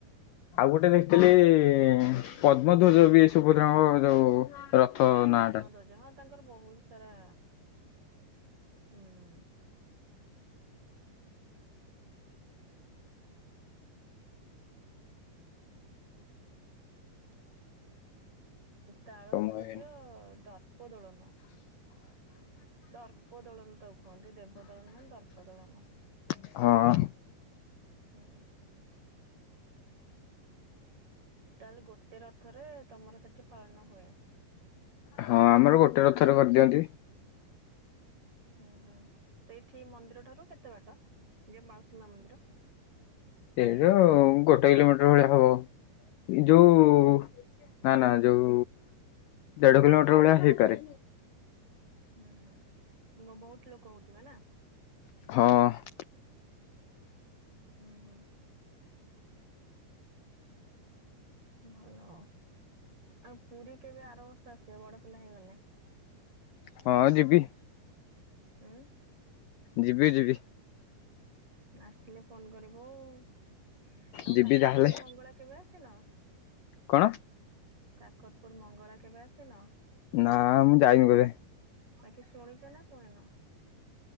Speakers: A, on the left; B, on the right.
A: ଆଉ ଗୋଟେ ଦେଖିଥିଲି ଇ ପଦ୍ମଧ୍ୱଜ ବି ସୁଭଦ୍ରାଙ୍କର ଯୋଉ ରଥ
B: ହଁ ପଦ୍ମ
A: ନାଁ ଟା
B: ଧ୍ୱଜ ହଁ ତାଙ୍କର ବହୁତ ସାରା ହୁଁ। ତାଳ
A: ସମୟ
B: ଧ୍ୱଜ
A: ହେଇନି
B: ଦର୍ପ ଦୋଳନ। ଦର୍ପ ଦଳନ ତାକୁ କୁହନ୍ତି ଦେବ ଦଳନ ଦର୍ପ ଦଳନ।
A: ହଁ।
B: ହୁଁ। ତାହେଲେ ଗୋଟେ ରଥରେ ତମର ସେଠି ପାଳନ ହୁଏ।
A: ହଁ ଆମର ଗୋଟେ ରଥରେ କରିଦିଅନ୍ତି।
B: ହୁଁ ହୁଁ ସେଇଠି ମନ୍ଦିର ଠାରୁ କେତେ ବାଟ ଯଉ ମାଉସୀ ମା ମନ୍ଦିର।
A: ସେଇଟା ଗୋଟେ କିଲୋମିଟର ଭଳିଆ ହବ। ଯୋଉ ନା ନା ଯୋଉ ଦେଢ କିଲୋମିଟର ଭଳିଆ ହେଇପାରେ।
B: ହୁଁ ହୁଁ ବହୁତ ଲୋକ ହଉଥିବେ ନା?
A: ହଁ।
B: ହୁଁ ହୁଁ। ଭଲ ଆଉ ପୁରୀ କେବେ ଆର ବର୍ଷ ଆସିବ ବଡ ପିଲା ହେଇଗଲେ।
A: ହଁ ଯିବି।
B: ହୁଁ।
A: ଯିବି ଯିବି।
B: ଆସିଲେ ଫୋନ କରିବୁ ଆଉ
A: ଯିବି
B: କାକଟପୁର
A: ତାହେଲେ
B: ମଙ୍ଗଳା କେବେ ଆସିନ।
A: କଣ।
B: କାକଟପୁର ମଙ୍ଗଳା କେବେ ଆସିନ।
A: ନା ମୁଁ ଯାଇନି କେବେ।
B: ଏଟି ଶୁଣିଛ ନା ଶୁଣିନ।